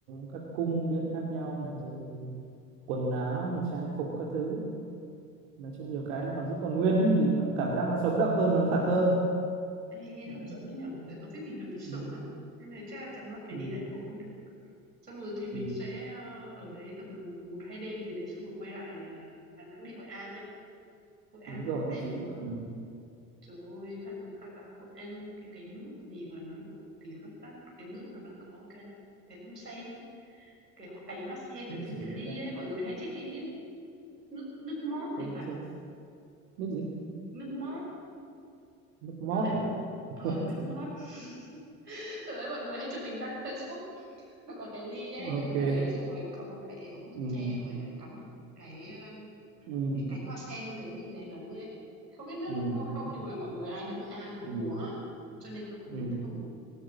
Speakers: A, on the right; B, on the right.
A: các cung điện khác nhau này rồi quần áo này trang phục các thứ nói chung nhiều cái nó còn giữ còn nguyên ấy thì nó cảm giác nó sống động hơn và nó thật hơn
B: ê, nghe hấp
A: Đấy.
B: dẫn đấy nhở,
A: Ừ.
B: tại tớ thích tìm hiểu lịch sử
A: Ừ.
B: lắm. Nên này chắc là chẳng là phải
A: Ừ.
B: đi Đại Nội mới được. Xong rồi thì mình
A: Ừ.
B: sẽ ờ, ở đấy tầm một hai đêm gì đấy xong rồi quay lại ờ, Đà Nẵng đi Hội An nhá. Hội An
A: đúng rồi
B: cũng đẹp
A: nước chí
B: mà.
A: ừ.
B: Trời ơi, Hạ, Hạ, Hội An cái cái nước gì mà nó nổi tiếng lắm ta? Cái nước mà nó có cái cái bông sen ấy, cái cánh hoa sen ở
A: nước
B: trên
A: gì
B: cái
A: người
B: ly
A: ta
B: ấy, mọi người hay check in ấy. Nước nước mót thì
A: Tôi-
B: phải,
A: tôi- nước gì
B: nước mót.
A: nước mót
B: Tôi thấy mọi
A: à
B: ờ
A: <laughs>
B: nước mót. <laughs> Tôi thấy mọi người hay chụp hình đăng Facebook. Nó có cái ly ấy,
A: ok
B: ly giấy xong rồi có một cái ống hút
A: Ừm,
B: tre xong rồi lại cắm một cái um,
A: ừm,
B: cái cánh hoa sen trong đấy nhìn đẹp lắm luôn ấy. Không biết nước
A: ừm,
B: là ngon không nhưng mà mọi người ai đến Hội An cũng
A: ừm,
B: uống á, cho nên tôi cũng
A: ừm,
B: muốn thử.